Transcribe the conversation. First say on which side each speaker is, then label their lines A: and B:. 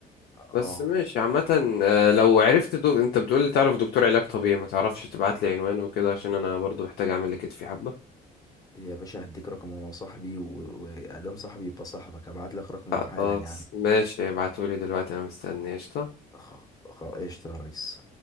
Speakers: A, on the left; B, on the left.
A: اه
B: بس ماشي عامة آه، لو عرفت دو... انت بتقولي تعرف دكتور علاج طبيعي ما تعرفش تبعت لي عنوانه وكده عشان انا برضو محتاج اعمل لكتفي حبة
A: يا باشا هديك رقمه هو صاحبي و- وادام صاحبي يبقى صاحبك هبعت لك رقمه
B: خلاص
A: حالا يعني
B: ماشي ابعتولي دلوقتي انا مستني قشطة
A: خ- خ- قشطة يا ريس